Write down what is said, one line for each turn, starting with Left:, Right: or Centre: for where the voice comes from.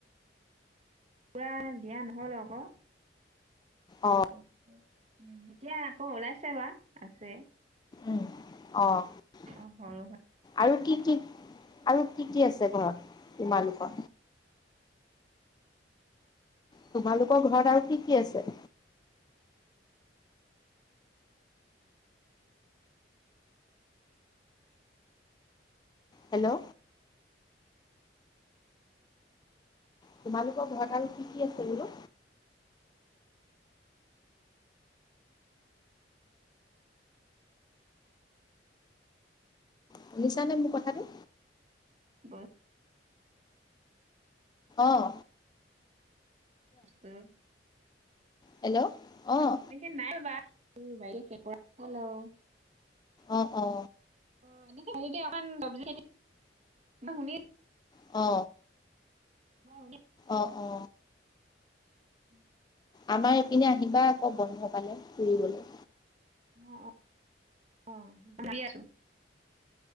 Right: পোৰা দিয়া নহ'ল আকৌ
Left: অ
Right: এতিয়া আকৌ ওলাইছে বা আছে
Left: উম অহ
Right: অ সৰু
Left: আৰু কি কি আৰু কি কি আছে ঘৰত তোমালোকৰ তোমালোকৰ ঘৰত আৰু কি কি আছে হেল্ল' তোমালোকৰ ঘৰত আৰু কি কি আছে বোলো শুনিছা নে মোৰ কথাটো
Right: হয়
Left: অহ
Right: উম
Left: হেল্ল' অহ
Right: এ নাই ভৱা <unintelligible>
Left: অ অ।
Right: অ এনেকে সেইকে অকান চব্জি খেতি, মই শুনি
Left: অ।
Right: অ
Left: অ অ।
Right: উম।
Left: আমাৰ ইপিনে আহিবা আকৌ বন্ধ পালে ফুৰিবলে।
Right: অ অ <unintelligible> আছো।